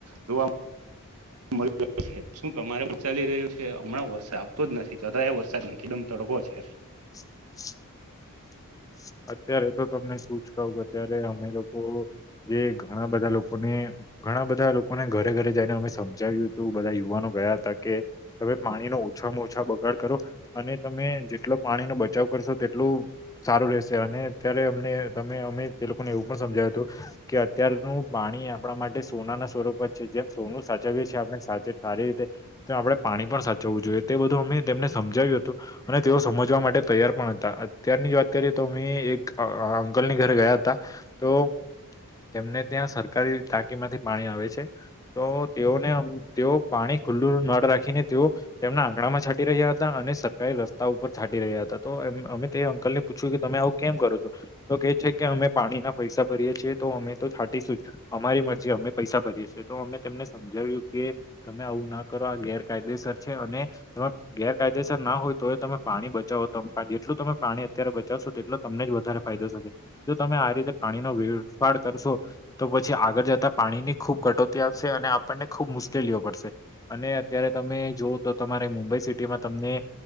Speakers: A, on the right; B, on the left.
A: જોવા મળ શું તમારે ચાલી રહ્યું છે હમણાં વરસાદ આવતો જ નથી જરા એ વરસાદ નથીદમ તડો છે
B: <inaudible> અત્યારે તો તમને શું જ કહ અત્યારે અમે લોકો જે ઘણા બધા લોકોને ઘણા બધા લોકોને ઘરે ઘરે જઈને અમે સમજાવ્યું હતું બધા યુવાનો ગયા હતા કે તમે પાણી ન ઓછામાં ઓછા બગાડ કરો અને તમે જેટલો પાણી નો બચાવ કરશો તેટલું સારું રહે અને અત્યારે અમને અમે તે લોકોને એવું પણ સમજાયું હતું કે અત્યારનુંું પાણી આપણા માટે સોના ના સ્વરૂપ જ છે જેમ સોનું સાચવી‌ એ એછી આપણે સાચે સારી રીતે તો આપડણે પાણી પણ સાચવવું જોઈએ તે બધું અમે તેમને સમજાવ્યું અને તેઓ સમજવા માટે તૈયાર પણ હતા અત્યારની જ વાત કરી તો એક અંકલની ઘરે ગયા હતા તો તેમને ત્યાં સરકારી ટાંકી માંથી પાણી આવે છે તો તેઓને તેઓ પાણી ખુલ્લુળ રાખીને તેઓ તેમના આંગણા માં છાંટી રહ્યા હતા અને સરકારારે રસ્તા ઉપર છા રહ્યા હતા તો અમે તે અંકલ ને પૂછ્યું કે તમે આવું કેમ કરો છો તો કે છે કે અમે પાણી ના પૈસા ભરીએ છીએ તો અમે તો છાંટીશું જ અમારી મરજી અમે પૈસા ભરીએ છીએ તો અમે તને સમજાવ્યું કે તમે આવું ના કરો આ ગેરકાયદેસર અને ગેરકાયદેસર ના હોય તો એ તમે પાણી બચાવો ત જેટલું તમે પાણી અત્યારે શો તેટલો તમને જ વધારે ફાયદો થકે જો તમે આ રીતે પાણી ન વેડફાડ કરશો તો પછી આગળ જતા પાણીની ખૂબ કટોતી આવશે અને આપણને ખૂબ મુશ્કેલીઓ પડશે અને અત્યારે તમે જો તો તમારે મુંબઈ સિટીમાં તમને